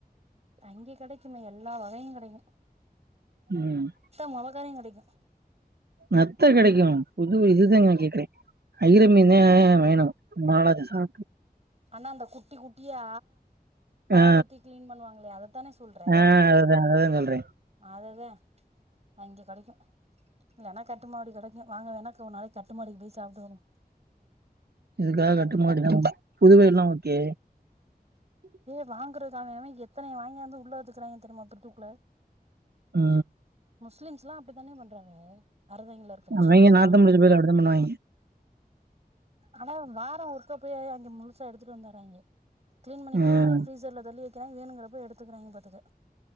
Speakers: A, on the right; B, on the right.
A: அங்கே கெடைக்குமே எல்லா வகையு கெடைக்கு
B: ம்
A: மொலகானி கெடைக்கு
B: நத்த கெடைக்கு புது இதுதா நா கேக்குறே ஐற மீன் தே வேணு ரொம்ப நாள் ஆச்சு சாப்ட்டு
A: ஆனா அந்த குட்டி குட்டியா பால்
B: ஆ
A: ஊத்தி கிளீன் பண்ணுவாங்களே அதத்தானே சொல்ற
B: ஆ அதுதா அதுதா சொல்றே
A: அதுத அங்க கெடைக்கு இல்லனா கட்டுமா அப்டி கெடைக்கு வாங்க வேணா ஒருநாளைக்கு கட்டுமாடிக்கு போய் சாப்ட்டு வருவோ
B: இதுக்காக கட்டுமாடி தா புதுவயல் நா ஓகே
A: எ வாங்குறதானேவே எத்தன வாங்காந்து உள்ள வச்சுக்கிறானுங்க தெரியுமா ஃபிரிச்சிக்குள்ள
B: ஆ
A: முஸ்லிம்ஸ் எல்லா அப்டித்தானே பண்றாங்க அறதாங்கில இருக்கற முஸ்லிம்ஸ்
B: அவைங்க
A: எல்லா
B: நாத்தம் புடிச்ச பயலுக அப்டித்தா பண்ணுவாய்ங்க
A: ஆனா வாரோ ஒருக்கா போய் அங்க முழுசா எடுத்துட்டு வந்துராங்க கிளீன் பண்ணி
B: ம்
A: கிளீன் பண்ணி ஃபிரிசார்ல தள்ளி வெக்குறாக வேண்ணுன்றப்போ எடுத்துகிறாங்க பாத்துக